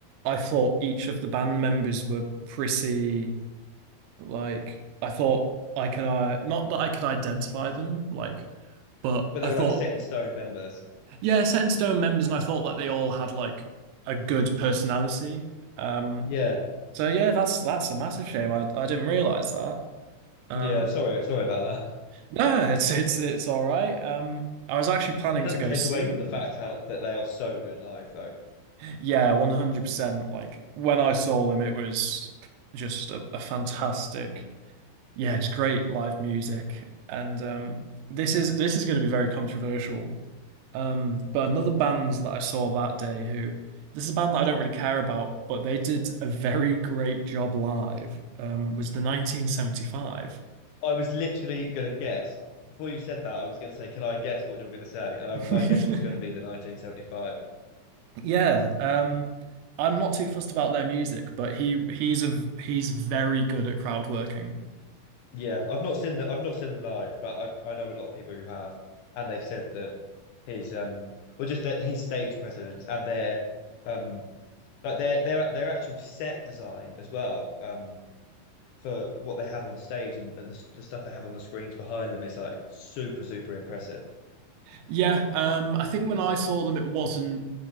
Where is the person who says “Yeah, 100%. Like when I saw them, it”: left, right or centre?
Right